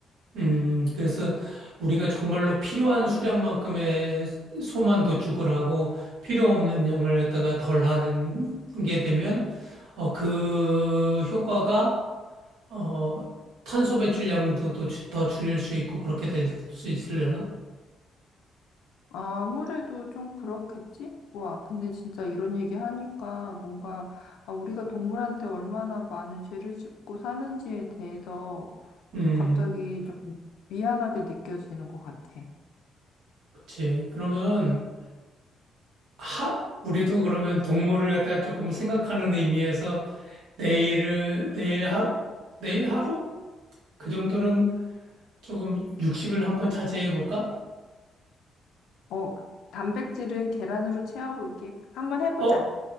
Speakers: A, on the right; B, on the left.
A: 음, 그래서 우리가 정말로 필요한 수량만큼의 소만 도축을 하고 필요 없는 양을 갖다가 덜 하는 게 되면 어, 그 효과가 어, 탄소 배출량도 또 주- 더 줄일 수 있고 그렇게 될 수 있으려나?
B: 아무래도 좀 그렇겠지? 와, 근데 진짜 이런 얘기 하니까 뭔가 아, 우리가 동물한테 얼마나 많은 죄를 짓고 사는지에 대해서
A: 음,
B: 갑자기 좀 미안하게 느껴지는 것 같아.
A: 그치. 그러면 하 우리도 그러면 동물을 갖다가 조금 생각하는 의미에서 내일을 내일 하루 내일 하루 그 정도는 조금 육식을 한번 자제해 볼까?
B: 어, 단백질은 계란으로 채워볼게. 한번 해보자.
A: 어?